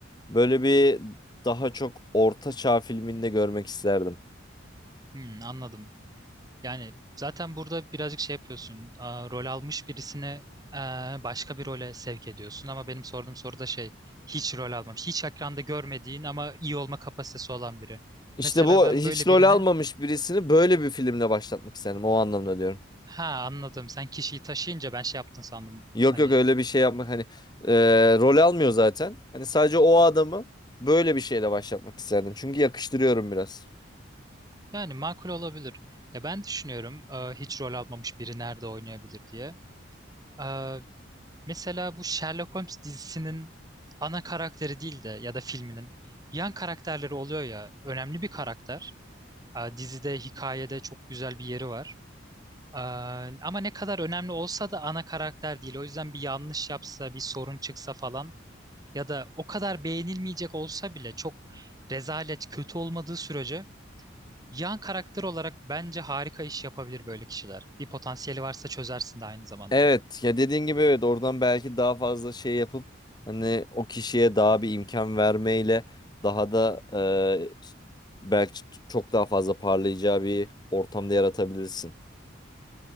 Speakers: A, on the left (about 20°); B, on the right (about 20°).
A: böyle bir daha çok orta çağ filminde görmek isterdim.
B: Hmm, anladım. Yani zaten burada birazcık şey yapıyorsun. Aa, rol almış birisini eee, başka bir role sevk ediyorsun. Ama benim sorduğum soruda şey, hiç rol almamış. Hiç ekranda görmediğin ama iyi olma kapasitesi olan biri.
A: İşte
B: Mesela
A: bu
B: ben
A: hiç
B: böyle
A: rol
B: birini,
A: almamış birisini böyle bir filmle başlatmak isterdim. O anlamda diyorum.
B: ha anladım. Sen kişiyi taşıyınca ben şey yaptın sandım.
A: Yok
B: Hani...
A: yok öyle bir şey yapmak hani e, rol almıyor zaten. Hani sadece o adamı böyle bir şeyle başlatmak isterdim. Çünkü yakıştırıyorum biraz.
B: Yani makul olabilir. Ya ben düşünüyorum e, hiç rol almamış biri nerede oynayabilir diye. E, mesela bu Sherlock Holmes dizisinin ana karakteri değil de ya da filminin yan karakterleri oluyor ya önemli bir karakter. E, dizide, hikayede çok güzel bir yeri var. E, ama ne kadar önemli olsa da ana karakter değil. O yüzden bir yanlış yapsa, bir sorun çıksa falan ya da o kadar beğenilmeyecek olsa bile çok rezalet, kötü olmadığı sürece Yan karakter olarak bence harika iş yapabilir böyle kişiler. Bir potansiyeli varsa çözersin de aynı zamanda.
A: Evet ya dediğin gibi evet oradan belki daha fazla şey yapıp hani o kişiye daha bir imkan vermeyle daha da e, belki çok daha fazla parlayacağı bir ortamda yaratabilirsin.